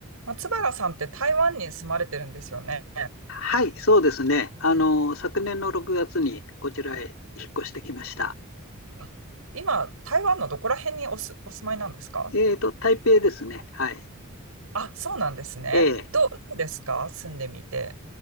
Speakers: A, on the right; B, on the left.
A: 松原さんって台湾に住まれてるんですよね。
B: はい、そうですね。あの、昨年の6月にこちらへ引っ越してきました。
A: あ今、台湾のどこら辺におす、お住まいなんですか
B: えっと、台北ですね。はい。
A: あ、そうなんですね。
B: ええ、
A: どう、どうですか住んでみて。